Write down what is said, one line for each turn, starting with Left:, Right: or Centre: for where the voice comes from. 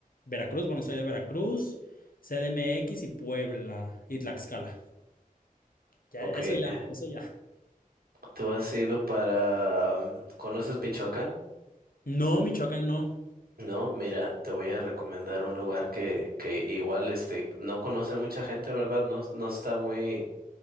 Left: Veracruz, bueno, soy de Veracruz, CDMX y Puebla y Tlaxcala. Ya,
Right: Ok.
Left: eso
Right: eh,
Left: ya, eso ya.
Right: ¿Tú has ido para... mm, ¿Conoces Michoacán?
Left: No, Michoacán no.
Right: No, mira, te voy a recomendar un lugar que, que igual, este, no conoce mucha gente, ¿verdad? No, no está muy...